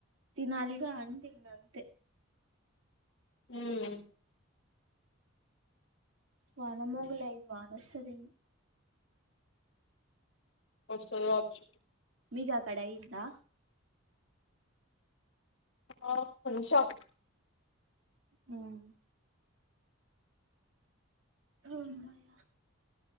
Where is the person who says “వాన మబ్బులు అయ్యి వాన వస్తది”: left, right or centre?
Right